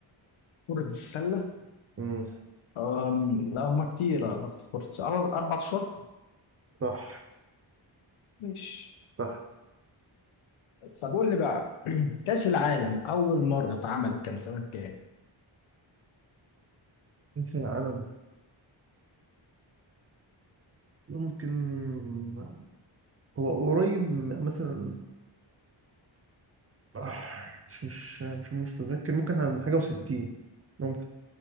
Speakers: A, on the left (about 80°); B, on the right (about 30°).
A: كرة السلة
B: مم.
A: أم لا هما كتير أعتقد في كرة السلة أربع أربع أشواط
B: صح
A: ماشي
B: صح
A: طب قول لي بقى <clears throat> كأس العالم أول مرة اتعمل كان سنة كام؟
B: كأس العالم ممكن آه، هو قريب م- مثلا آه، مش مش مش متذكر ممكن عن حاجة وستين ممكن